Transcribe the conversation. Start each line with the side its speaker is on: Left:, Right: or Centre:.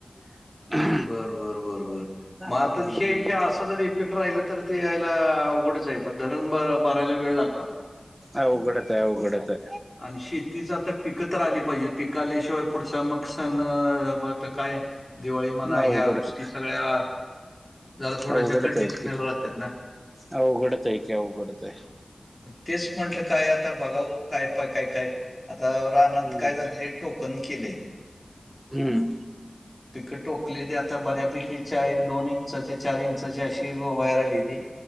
Right: <inaudible>
Left: बर, बर, बर, बर. मग आता
Right: हम्म
Left: हे, हे असं जर इफेक्ट राहिला तर, ते यायला अवघडच आहे मग. धरण ब भरायला वेळ लागणार हो.
Right: अवघडचय, अवघडचय.
Left: आणि शेतीच आता पिकं तर आली पाहिजे. पिक आल्याशिवाय पुढचा मग सण, आता काय? दिवाळी म्हणा. ह्या
Right: अवघडच
Left: गोष्टी सगळ्या जरा थोड्याश्या,
Right: अवघडच
Left: कंडिशनला
Right: आहेत की
Left: राहत्यात ना?
Right: अवघडच आहे की अवघडच आहे
Left: तेच म्हटलं, काय आता बघाव. काय पाय काय -काय आता रानात
Right: हम्म
Left: काय झालंय? टोकन केलय.
Right: हम्म.
Left: पिक टोकली. ते आता बऱ्यापैकी च्या एक दोन इंचाचे चार इंचाचे अशे बाहेर आलेती.